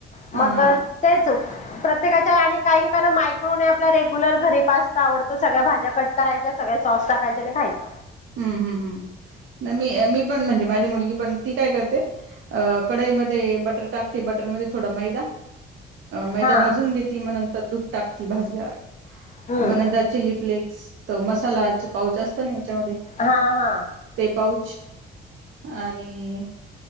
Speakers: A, on the left; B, on the right.
A: मग
B: हा हा
A: ते च प्रत्येकाच्या आणि काइन का मायक्रोने आपला रेग्युलर घरी पास्ता आवडतो सगळ्या भाज्या कट करायच च सगळे सॉस टाकायच णि खायचं.
B: हम्म हम्म हम्म नाय मी मी पण म्हणजे माझी मुलगी पण ती काय कर ते अ कडाईमध्ये बटर टाकते बटर मध्ये थोडा मैदा मैदा
A: हा
B: भाजून घेत म नं तर दुध टाकती भाजल्यावर
A: हम्म
B: म नंतर चिली फ्लिक्स तो मसाला च पाऊच आ पण हेच्यामध्ये
A: हा हा.
B: पाऊच आणि